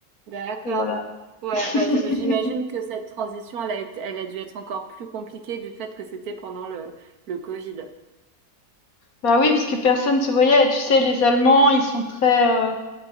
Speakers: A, on the right (about 75°); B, on the left (about 65°).
A: D'accord.
B: et voilà.
A: Ouais,
B: <laughs>
A: bah, je- j'imagine que cette transition, elle a été- elle a dû être encore plus compliquée du fait que c'était pendant le, le Covid.
B: Bah oui, parce que personne se voyait et tu sais les Allemands ils sont très euh,